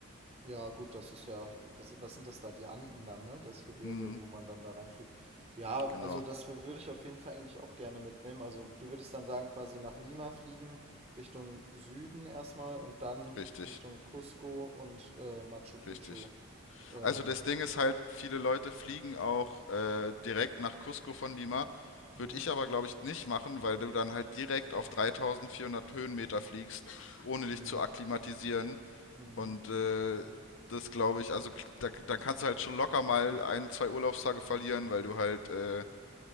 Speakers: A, on the right; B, on the left.
A: Ja, gut, das ist ja, das, was sind das da? Die Anden dann, ne? Das Gebirge,
B: Hm,
A: wo man dann da reinfliegt. Ja,
B: genau,
A: also das wär- würde ich auf jeden Fall eigentlich auch gerne mitnehmen. Also du würdest dann sagen, quasi nach Lima fliegen, Richtung Süden erstmal und dann
B: richtig,
A: Richtung Cusco und äh, Machu Picchu.
B: richtig.
A: Ähm,
B: Also das Ding ist halt, viele Leute fliegen auch äh, direkt nach Cusco von Lima.
A: hm,
B: Würde ich aber, glaube ich, nicht machen, weil du dann halt direkt auf 3400 Höhenmeter fliegst, ohne
A: hm,
B: dich zu akklimatisieren.
A: hm,
B: Und äh, das glaube ich, also kl- da, dann kannst du halt schon locker mal ein, zwei Urlaubstage verlieren, weil du halt äh,